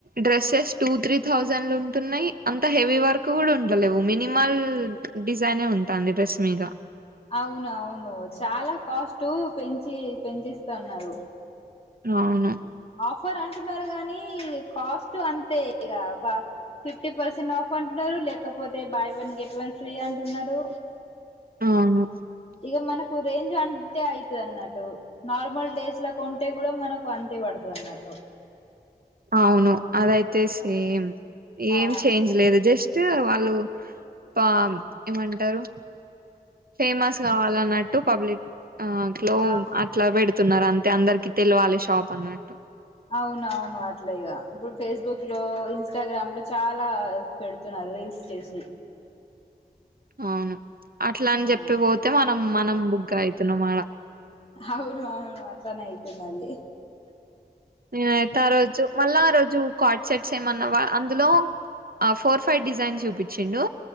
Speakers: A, on the right; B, on the left.
A: డ్రెస్ ఎస్ టూ, త్రీ థౌజండ్లు ఉంటున్నాయి. అంత హెవీ వర్క్ కూడా ఉండలేవు. మినిమల్ డిజైనే ఉ ఉంటాంది డ్రెస్స్ మీద
B: అవును అవును చాలా కాస్ట్ పెంచి పెంచిస్తన్నారు.
A: అవును
B: ఆఫర్ అంటున్నారు గానీ కాస్ట్ అంతే ఇగ బా ఫిఫ్టీ పర్సెంట్ ఆఫ్ పంటలు లేకపోతే buy one get one free అంటున్నారు.
A: అవును
B: ఇక మనకు రేంజ్ అంతే అయితుది అన్నట్టు నార్మల్ డేస్ లో కొంటే కూడా మనకు అ పడ్తదియన్నట్టు
A: అవును అదయితే
B: ఆ
A: సేమ్ ఏం
B: ఆ
A: చేంజ్ లేదు జస్ట్ వాళ్ళు పాం ఏమంటారు ఫేమస్ కావాలన్నట్టు పబ్లిక్ ఆ అట్లో
B: ఆ
A: అట్లా వేడుతున్నారు అంతే అందరికి తెల్వాలి షాపు అన్నట్టు.
B: అవునవును అట్లే ఇగ ఇప్పుడ్ ఫేస్బుక్ లో, ఇన్స్టాగ్రామ్ చాలా పెడుతున్నార్. రీల్స్ చేసి
A: అవును అట్ల అని
B: ఆ
A: జెప్పిపోతే మనం మనం బుగ్గ అంటున్నం అడ
B: అవును అవును అట్లనే అయితున్నదీ
A: నేనైతే ఆ రోజు మళ్ళా ఆ రోజు కార్డ్ సెట్స్ ఏమన్నా వా అందులో ఆ ఫోర్ ఫైవ్ డిజైన్ చూపించిండు